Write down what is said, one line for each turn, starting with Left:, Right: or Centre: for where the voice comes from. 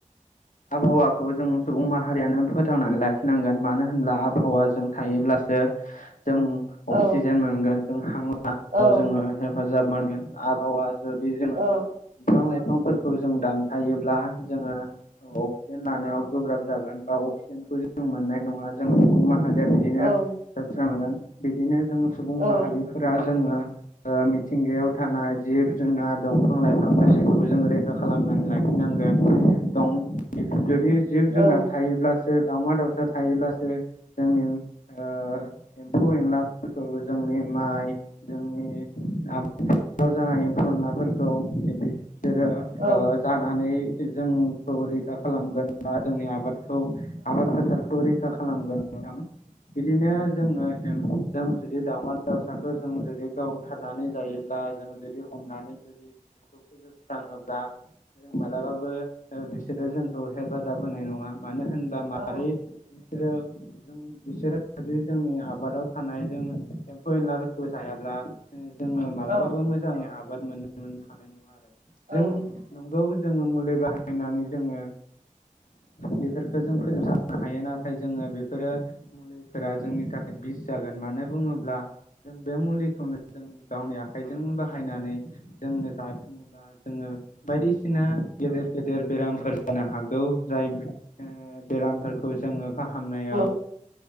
Left: आबहावाखौ जों सुबुं माहारियानो फोथांनानै लाखिनांगोन मानो होनब्ला आबहावा जों थायो। ब्लासो। जों अक्सिजेन
Right: औ
Left: मोनगोन जों हांलायाव
Right: औ
Left: जोङो हेफाजाब मोनगोन आबहावा जुदि जोङो
Right: औ
Left: बिफां लाइफांफोरखौ जों दानफायोब्ला जोङो अक्सिजेन लानायाव गोब्राब जागोन, बा अक्सिजेनखौ जों मोननाय नङा, जों मा <unintelligible> बिदिनो
Right: औ
Left: जोबस्रांगोन। बिदिनो जों सुबुं माहारिफोरा
Right: औ
Left: जोङो ओ मिथिंगायाव थानाय जिब जोंना दंफां लाइफां गासैखौबो जों रैखा खालामनानै लाखिनांगोन। दं बेखौ जुदि जिब जुनार
Right: औ
Left: थायोब्ला <unintelligible> दावउमा दाउसा थायोब्लासो, जोंनि ओ एम्फौ एनलाफोरखौ जों नि माइ, जोंनि <unintelligible> खनलाफोरखौ बिसोरो ओ
Right: औ
Left: जानानै जोंखौ रैखा खालामगोन बा जोंनि आबादखौ आबाद फोथारखौ रै खा खालामगोन नोंथां। बिदिनो जोङो जों जुदि दाउमा दाउसाखौ जों जुदि गावथारनानै जायोब्ला, जों जु हमनानै जुदि बिसोरखौ फोजोब थाङोब्ला, जों मालाबाबो बिसोरो जोंखौ हेफाजाब होनाय नङा। मानो होनबा मारै
Right: औ
Left: बिसोरो बिसोरो जदि जोंनि आबादाव थानाय जों एम्फौ एनलाफोरखौ जायाब्ला जोङो मालाबाबो
Right: औ
Left: मोजाङै आबाद मोननो हानाय नङा आरो। जों
Right: औ
Left: नंगौ जोङो मुलि बाहायनानै जोङो बेफोरखौ जों फोजोबस्रांनो हायो नाथाय जोङो बेफोरो मुलि फोरा जोंनि थाखाय बिस जागोन। मानो बुङोब्ला जों बे मुलिखौनो जों गावनि आखाइ जों बाहायनानै जोंनो जाफिनोब्ला, जोङो बायदिसिना गेदेर गेदेर बेरामफोर जानो हागौ। जाय बे ओ बेरामफोरखौ जोङो फाहामनायाव
Right: औ नंगौ